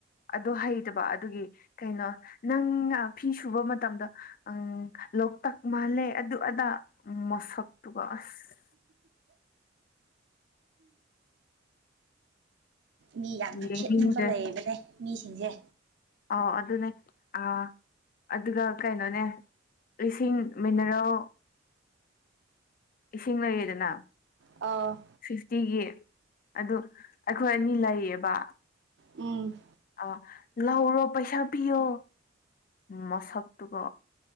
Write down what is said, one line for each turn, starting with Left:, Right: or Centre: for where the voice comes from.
Left: ꯑꯗꯣ ꯍꯩꯇꯕ ꯑꯗꯨꯒꯤ ꯀꯩꯅꯣ ꯅꯪ ꯐꯤ ꯁꯨꯕ ꯃꯇꯝꯗ ꯎ ꯂꯣꯛꯇꯥꯛ ꯃꯥꯜꯂꯦ ꯑꯗꯨ ꯑꯗꯥ ꯃꯥꯁꯛꯇꯨꯒ ꯑꯁ
Right: ꯃꯤ ꯌꯥꯝꯅ
Left: ꯌꯦꯡꯅꯤꯡꯗ꯭ꯔꯦ
Right: ꯈꯦꯠꯅꯤꯡꯕ ꯂꯩꯌꯦꯕꯅꯦ ꯃꯤꯁꯤꯡꯁꯦ
Left: ꯑꯣ ꯑꯗꯨꯅꯦ ꯑ ꯑꯗꯨꯒ ꯀꯩꯅꯣꯅꯦ ꯏꯁꯤꯡ ꯃꯤꯅꯔꯦꯜ ꯏꯁꯤꯡ ꯂꯩꯌꯦꯗꯅ
Right: ꯑꯥ
Left: ꯐꯤꯐꯇꯤꯒꯤ ꯑꯗꯨ ꯑꯩꯈꯣꯏ ꯑꯅꯤ ꯂꯩꯌꯦꯕ
Right: ꯎꯝ
Left: ꯑ ꯂꯧꯔꯣ ꯄꯩꯁꯥ ꯄꯤꯌꯣ ꯃꯁꯛꯇꯨꯒ